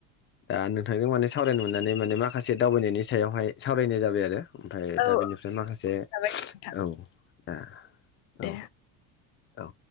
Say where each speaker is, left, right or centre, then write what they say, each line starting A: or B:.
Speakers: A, on the left (about 30°); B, on the left (about 80°).
A: दा नोंथांनो माने सावरायनो मोननानै माने माखासे दावबायनायनि सायावहाय सावरायनाय जाबाय आरो ओमफ्राय
B: औ
A: दा बेनिफ्राय ओमफ्राय माखासे
B: जाबाय नोंथां
A: औ दा
B: दे
A: औ औ